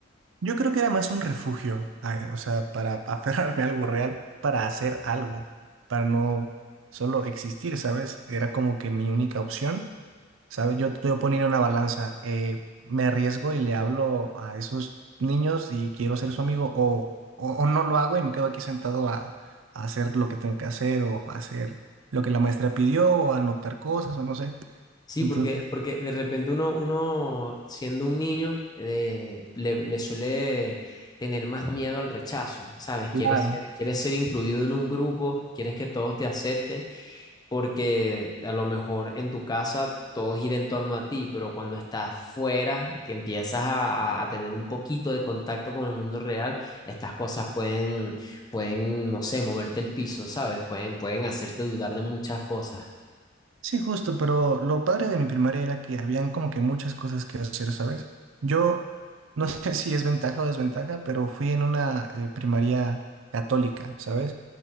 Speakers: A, on the right; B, on the left.
A: Yo creo que era más un refugio, a- o sea, para <laughs> aferrarme a algo real, para hacer algo, para no solo existir, ¿sabes? Era como que mi única opción ¿Sabes? Yo estoy poniendo una balanza. eh, me arriesgo y le hablo a esos niños y quiero ser su amigo o, o, o no lo hago y me quedo aquí sentado a, a hacer lo que tengo que hacer o a hacer lo que la maestra pidió o a anotar cosas o no sé.
B: Sí,
A: Entonces,
B: porque, porque de repente uno, uno siendo un niño, eh, le, le suele tener más miedo al rechazo, ¿sabes?
A: claro.
B: Quieres ser, quieres ser incluido en un grupo, quieres que todos te acepten, porque a lo mejor en tu casa todo gira en torno a ti, pero cuando estás fuera, que empiezas a, a tener un poquito de contacto con el mundo real, estas cosas pueden, pueden, no sé, moverte el piso, ¿sabes? Pueden, pueden hacerte dudar de muchas cosas.
A: Sí, justo, pero lo padre de mi primaria era que habían como que muchas cosas que hacer, ¿sabes? Yo no <laughs> sé si es ventaja o desventaja, pero fui en una eh, primaria católica, ¿sabes?